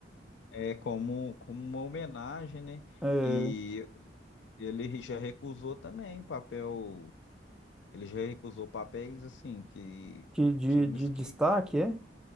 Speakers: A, on the left; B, in the centre.
A: é como, como uma homenagem, né?
B: É,
A: E ele já recusou também papel, ele já recusou papéis assim que
B: que de,
A: filmes
B: de
A: que
B: destaque, é?